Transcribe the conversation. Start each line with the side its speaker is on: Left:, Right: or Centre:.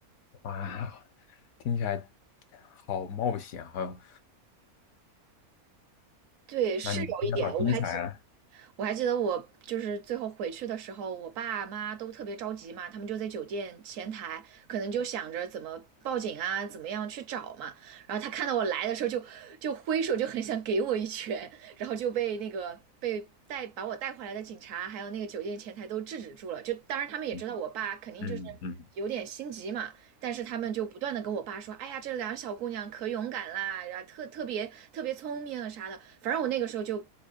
Left: 哇，听起来好冒险，好，
Right: 对，是有一点，
Left: 那你听起来好精彩啊！
Right: 我还记我还记得我就是最后回去的时候，我爸妈都特别着急嘛，他们就在酒店前台，可能就想着怎么报警啊，怎么样去找嘛。然后他看到我来的时候就，就挥手，就很想给我一拳，然后就被那个被带把我带回来的警察，还有那个酒店前台都制止住了。就当然他们也知道我爸肯定就是
Left: 嗯嗯嗯，
Right: 有点心急嘛，但是他们就不断的跟我爸说，哎呀，这两个小姑娘可勇敢啦，然后特特别特别聪明啊啥的。反正我那个时候就